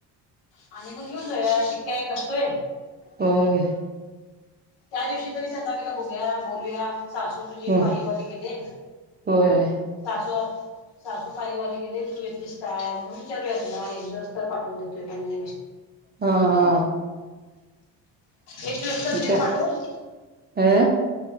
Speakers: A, on the left (about 60°); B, on the right (about 20°).
A: आणि मग घेऊन जाऊया चिक्क्या एक असतोय
B: हो
A: त्या दिवशी तरी चंदावीला बघूया बोलूया सासू तुझी
B: हो
A: पायवारी गेले.
B: होय
A: तासू सासू पाईवरारी गेले तू येतेस काय म्हणून विचारूया तु नाजिस एक दिस पाटून द दिेत गेने.
B: हा हा
A: एक दिवसच दे
B: त्या
A: पाठवून.
B: अ